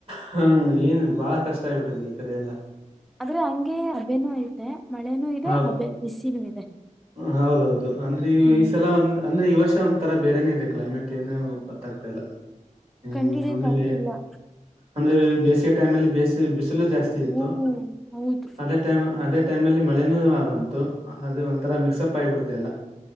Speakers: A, on the right; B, in the centre.
A: ಹ್ಮ <unintelligible> ಬಾಳ ಕಷ್ಟ ಆಗ್ಬಿಟ್ಟದೆ ಈಕಡೆ ಎಲ್ಲಾ.
B: ಆದ್ರೆ ಹಂಗೆ ಹಬೇನೂ ಐತೆ ಮಳೆನೂ ಇದೆ
A: ಹೌ
B: ಹಬೆ ಬಿಸಿನೂ ಇದೆ.
A: ಹೌದೌದು ಅಂದ್ರೆ
B: ಹ್ಮ್
A: ಈ ಸಲ ಒಂದ್ ಅಂದ್ರೆ ಈ ವರ್ಷ ಒಂತರ ಬೇರೆನೆೇ ಇದೆ ಕ್ಲೈಮೇಟ್ ಏನು ಆಗ್ತಾ ಇಲ್ಲ. ಹ್ಮ್
B: ಕಂಡಿಡಿಯಕಾಗ್ತಿಲ್ಲ.
A: ಆಮೇಲೆ ಅಂದ್ರೆ ಬೇಸಿಗೆ ಟೈಮಲ್ಲಿ ಬಿಸಿಲ್ ಬಿಸಿಲು ಜಾಸ್ತಿ ಇತ್ತು
B: ಹೂ ಹೌದು
A: ಅದೇ ಟೈಮ್ ಅದೇ ಟೈಮಲ್ಲಿ ಮಳೆನು ಬಂತು ಅದು ಒಂತರ ಮಿಕ್ಸಪ್ ಆಗ್ಬಿಡ್ತು ಎಲ್ಲ.